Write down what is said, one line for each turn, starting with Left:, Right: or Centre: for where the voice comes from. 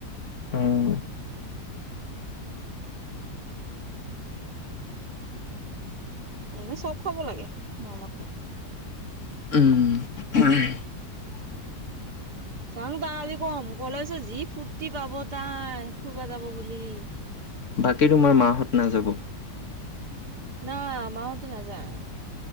Left: উম
Right: <inaudible> এ চ খাব লাগে মৰমতে
Left: উম
Right: চাং তাই আজি কম কলে পিছত যি ফূুৰ্তি পাব তাই ফুুৰব যাব বুলি
Left: বাকী তোমাৰ মাহঁত নাযাব
Right: ন মাওতে নাযায়